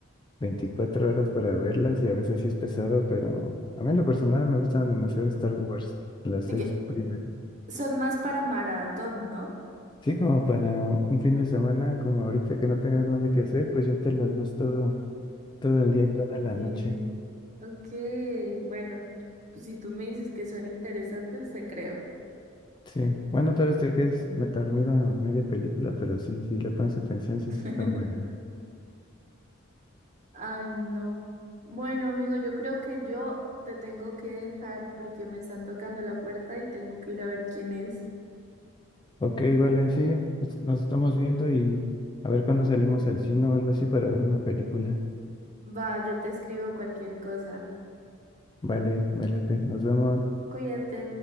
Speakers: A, on the left; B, on the right.
A: 24 horas para verlas y a veces sí es pesado, pero a mí en lo personal me gustan demasiado Star Wars, las seis
B: Y que
A: primeras.
B: son más para maratón, ¿no?
A: Sí, como para un un fin de semana, como ahorita que no tengas nada que hacer, pues ya te las ves todo, todo el día y toda la
B: Okay.
A: noche.
B: Okay, bueno, pues si tú me dices que son interesantes, te creo.
A: Sí, bueno, tal vez te quedes me- dormido en media película, pero sí, si le pones atención, sí
B: <laughs>
A: están buenas.
B: Ay, no. Bueno, amigo, yo creo que yo te tengo que dejar porque me están tocando la puerta y tengo que ir a ver quién es.
A: Ok, vale, sí, pues nos estamos viendo y a ver cuándo salimos al cine o algo así para ver una película.
B: Va, yo te escribo cualquier cosa.
A: Vale, me late, nos vemos.
B: Cuídate.